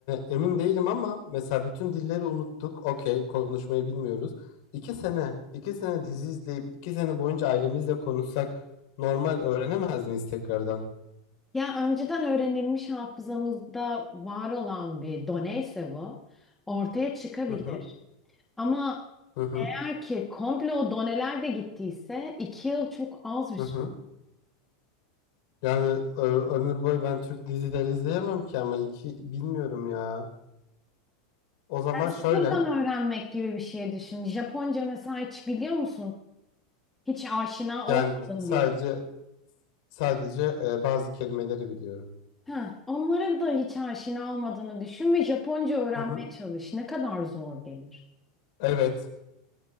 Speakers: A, on the left; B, in the centre.
A: emin değilim ama mesela bütün dilleri unuttuk. Okey, konuşmayı bilmiyoruz. İki sene, iki sene dizi izleyip iki sene boyunca ailemizle konuşsak normal öğrenemez miyiz tekrardan?
B: Ya önceden öğrenilmiş hafızamızda var olan bir doneyse bu ortaya çıkabilir.
A: Hı hı,
B: Ama
A: hı hı,
B: eğer ki komple o doneler de gittiyse iki yıl çok az bir
A: hı
B: süre.
A: hı. Yani ö- ömür boyu ben Türk dizileri izleyemem ki ama iki bilmiyorum ya. O zaman
B: Yani
A: şöyle,
B: sıfırdan öğrenmek gibi bir şey düşün. Japonca mesela hiç biliyor musun? Hiç aşina
A: yani
B: olmadın
A: sadece
B: diye.
A: sadece e, bazı kelimeleri biliyorum.
B: Heh, onlara da hiç aşina olmadığını düşün ve Japonca öğrenmeye
A: Hı hı.
B: çalış. Ne kadar zor gelir.
A: Evet.